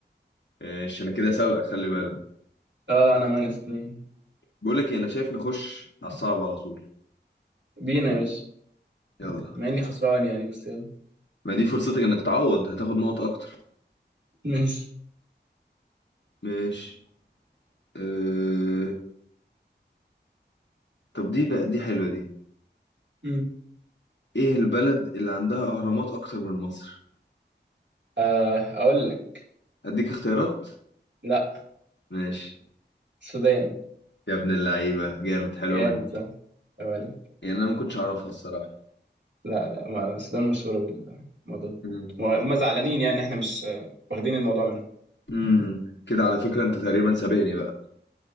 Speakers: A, on the left; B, on the right.
A: ايش انا كده سبق خلي بالك
B: اه أنا ماينس اتنين
A: بقول لك ايه انا شايف نخش على الصعب على طول
B: بينا يا باشا
A: يلا
B: مع إني خسران يعني بس يلا
A: ما دي فرصتك انك تعوض هتاخد نقط اكتر
B: ماشي
A: ماشي أه... طب دي بقى دي حلوه دي
B: مم.
A: ايه البلد اللي عندها اهرامات اكتر من مصر
B: آه أقول لك
A: اديك اختيارات
B: لا
A: ماشي
B: السودان
A: يا ابن اللعيبه جامد حلوه
B: جامد
A: منك
B: صح أولي
A: يعني انا ما كنتش اعرفها الصراحه
B: لا لا ما السودان مشهورة بالموضوع ده
A: امم
B: وهم زعلانين يعني إن إحنا مش آه، واخدين الموضوع منهم
A: أمم. كده على فكره انت تقريبا سابقني بقى